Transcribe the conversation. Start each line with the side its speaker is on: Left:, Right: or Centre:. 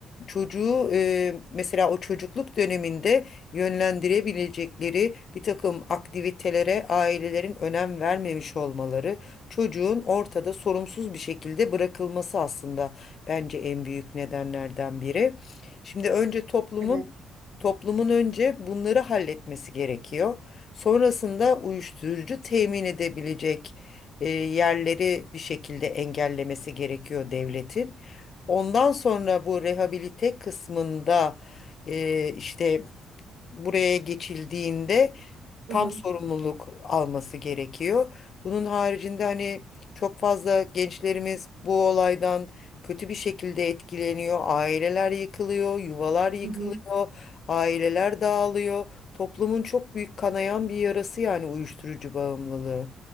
Left: Çocuğu e, mesela o çocukluk döneminde yönlendirebilecekleri bir takım aktivitelere ailelerin önem vermemiş olmaları, çocuğun ortada sorumsuz bir şekilde bırakılması aslında bence en büyük nedenlerden biri. Şimdi önce toplumun
Right: Evet.
Left: Toplumun önce bunları halletmesi gerekiyor. Sonrasında uyuşturucu temin edebilecek e, yerleri bir şekilde engellemesi gerekiyor devletin. Ondan sonra bu rehabilite kısmında e, işte buraya geçildiğinde tam
Right: Hı hı.
Left: sorumluluk alması gerekiyor. Bunun haricinde hani çok fazla gençlerimiz bu olaydan kötü bir şekilde etkileniyor. Aileler yıkılıyor, yuvalar yıkılıyor,
Right: Hı hı.
Left: aileler dağılıyor. Toplumun çok büyük kanayan bir yarası yani uyuşturucu bağımlılığı.